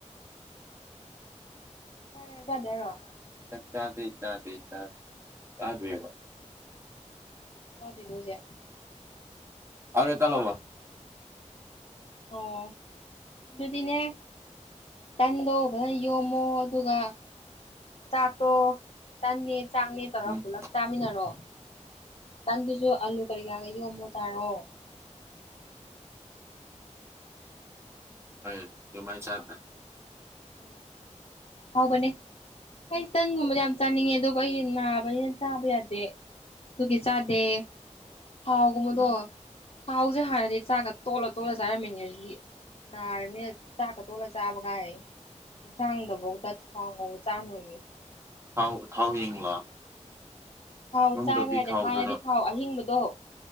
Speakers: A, on the left; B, on the right.
A: ꯆꯔꯦ ꯍꯥꯏꯔꯣ ꯆꯗꯔꯤ ꯍꯥꯏꯔꯣ꯫
B: ꯆꯥꯗꯔ꯭ꯤ ꯆꯥꯗꯔ꯭ꯤ ꯆꯗꯔꯤꯕꯥ
A: ꯆꯥꯛ ꯆꯗꯔꯤ ꯕꯣ ꯍꯧꯖꯤꯛ
B: ꯑ ꯑꯦ ꯇ ꯂꯕꯣ
A: ꯑꯣ ꯑꯗꯨꯗꯤꯅꯦ ꯇꯟꯗꯣ ꯐꯖꯅ ꯌꯣꯝꯃꯣ ꯑꯗꯨꯒ ꯆꯥꯛꯇꯣ ꯇꯟꯅꯦ ꯆꯥꯛꯅꯦ ꯇꯧꯔꯒ
B: ꯎꯝ
A: ꯄꯨꯂꯞ ꯆꯥꯃꯤꯟꯅꯔꯣ ꯇꯟꯗꯨꯁꯨ ꯑꯥꯂꯨ ꯀꯔꯤ ꯀꯔꯥꯒ ꯌꯣꯝꯃꯣ ꯆꯥꯔꯣ
B: ꯍꯣꯏ ꯑꯗꯨꯃꯥꯏ ꯆꯥꯇꯔꯦ
A: ꯎꯝ ꯍꯥꯎꯕꯅꯦ ꯑꯩ ꯇꯟꯒꯨꯝꯕꯗ ꯌꯥꯝ ꯆꯥꯅꯤꯡꯉꯦ ꯑꯗꯨꯕꯨ ꯑꯩ ꯅꯥꯕꯅꯤꯅ ꯆꯥꯕ ꯌꯥꯗꯦ ꯑꯗꯨꯒꯤ ꯆꯥꯗꯦ ꯊꯥꯎꯒꯨꯝꯕꯗꯣ
B: ꯎꯝ
A: ꯊꯥꯎꯁꯦ ꯍꯥꯟꯅꯗꯤ ꯆꯥꯛꯒ ꯇꯣꯜꯂ ꯇꯣꯜꯂ ꯆꯥꯔꯝꯃꯤꯅꯦ ꯍꯧꯖꯤꯛꯇꯤ ꯁꯥꯔꯕꯅꯤꯅꯥ ꯆꯥꯛꯀꯥ ꯇꯣꯠꯂꯥ ꯆꯕꯒꯥꯏꯅ ꯍꯦꯟꯆꯥꯡꯗꯐꯧꯗ ꯊꯥꯎ ꯉꯧꯕ ꯆꯥꯅꯨꯌꯦ
B: ꯊꯥꯎ ꯊꯥꯎ ꯍꯤꯡꯂꯣ
A: ꯊꯥꯎ
B: ꯅꯨꯡꯗꯕꯤ
A: ꯆꯥꯕ ꯌꯥꯗꯦ
B: ꯊꯥꯎꯗꯔꯣ
A: ꯍꯥꯟꯅꯗꯤ ꯊꯥꯎ ꯑꯍꯤꯡꯕꯗꯣ